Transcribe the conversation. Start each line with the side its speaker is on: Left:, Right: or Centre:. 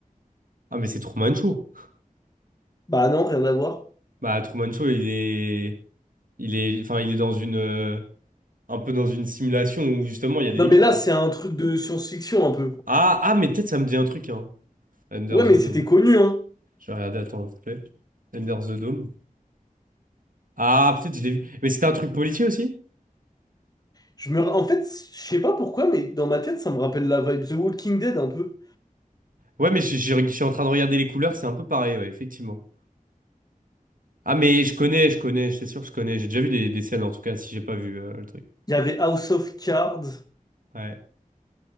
Right: Ah, mais c'est Truman Show.
Left: Bah non, rien à voir.
Right: Bah, Truman Show, il est. Il est. Enfin, il est dans une. euh, Un peu dans une simulation où justement il y a des
Left: Non,
Right: limites,
Left: mais là,
Right: quoi.
Left: c'est un truc de science-fiction un peu.
Right: Ah, ah, mais peut-être ça me dit un truc, hein. Under
Left: Ouais,
Right: the
Left: mais
Right: Dome.
Left: c'était connu, hein.
Right: Je vais regarder, attends, s'il te plaît. Under the Dome. Ah, peut-être je l'ai vu. Mais c'était un truc policier aussi?
Left: Je me... En fait, je sais pas pourquoi, mais dans ma tête, ça me rappelle la vibe The Walking Dead un peu.
Right: Ouais, mais je, je- je suis en train de regarder les couleurs, c'est un peu pareil, ouais, effectivement. Ah, mais je connais, je connais, c'est sûr que je connais. J'ai déjà vu des, des scènes, en tout cas, si j'ai pas vu euh, le truc.
Left: Il y avait House of Cards.
Right: Ouais.